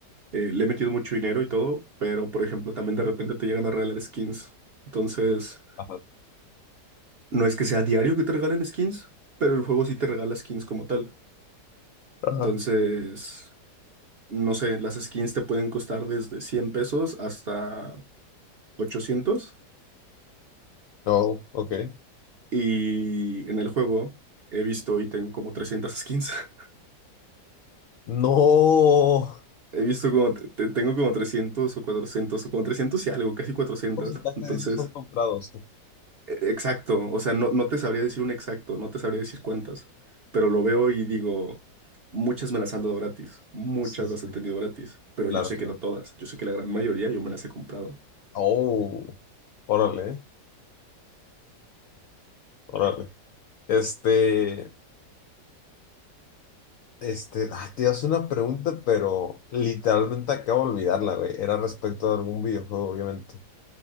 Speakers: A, on the right; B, on the left.
A: eh, le he metido mucho dinero y todo, pero por ejemplo, también de repente te llegan a regalar skins. Entonces,
B: Ajá.
A: no es que sea diario que te regalen skins, pero el juego sí te regala skins como tal.
B: Ajá.
A: Entonces, no sé, las skins te pueden costar desde 100 pesos hasta ochocientos
B: No, ok.
A: Y en el juego he visto y tengo como 300 skins. <laughs>
B: No.
A: He visto como, te- tengo como 300 o 400 o como 300 y algo, casi cuatrocientas
B: ¿Qué porcentaje
A: Entonces...
B: de esos son comprados?
A: E- Exacto, o sea, no, no te sabría decir un exacto, no te sabría decir cuántas, pero lo veo y digo, muchas me las han dado gratis, muchas
B: Sí, sí,
A: las he
B: sí,
A: tenido gratis, pero
B: claro.
A: yo sé
B: claro.
A: que no todas, yo sé que la gran mayoría yo me las he comprado.
B: Oh, órale, órale. Este, este, ah, te hace una pregunta, pero literalmente acabo de olvidarla, güey. Era respecto a algún videojuego, obviamente.